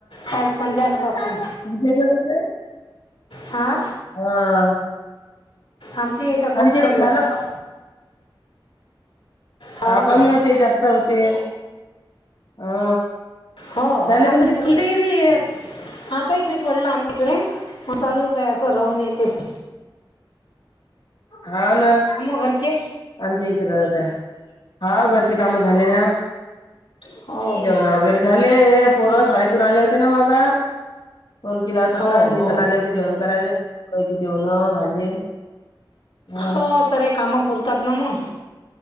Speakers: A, on the left; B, on the left.
A: काल संध्याकाळपासून.
B: तुमच्या इकडे कसं आहे
A: हा.
B: हा.
A: आमची इथं खूप
B: आमच्या
A: चालू
B: इकडे
A: आहे.
B: झालं पण
A: हो
B: हा
A: काय
B: कमी होते जास्त होते हा.
A: हो
B: झाले
A: आता
B: तुमचे
A: इथेही
B: जेवण
A: बी आता एकी पडला आम तिकडे. चालूच आहे असं राहणे तेस.
B: हा ना
A: घरचे
B: आमची एक गरज आहे. हा घरचे काम झाले ना
A: हो काय
B: जेवण वगैरे झाले. ले हे पोर शाळेतून आले होते ना मगा. फोन केला होताता
A: हो
B: हे
A: हो
B: तर नाले होते जेवण करायला जेवण भांडले. हा
A: हो सरे कामं पुरतात ना मग